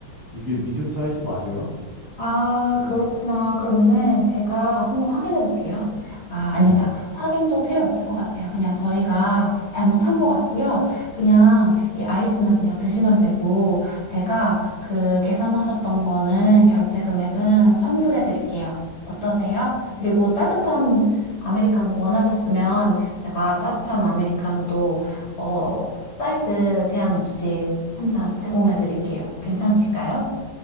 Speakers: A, on the right; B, on the left.
A: 이게 미디움 사이즈 맞아요?
B: 아,
A: 저는
B: 그렇구나. 그러면은 제가 한번 확인해 볼게요. 아,
A: 네.
B: 아니다. 확인도 필요 없을 것 같아요. 그냥 저희가 잘못한 것 같고요. 그냥 이 아이스는 그냥 드시면 되고, 제가 그 계산하셨던 거는 결제 금액은 환불해 드릴게요. 어떠세요? 그리고 따뜻한 아메리카노 원하셨으면 제가 따뜻한 아메리카노도, 어, 사이즈 제한 없이 한 잔 제공해 드릴게요. 괜찮으실까요?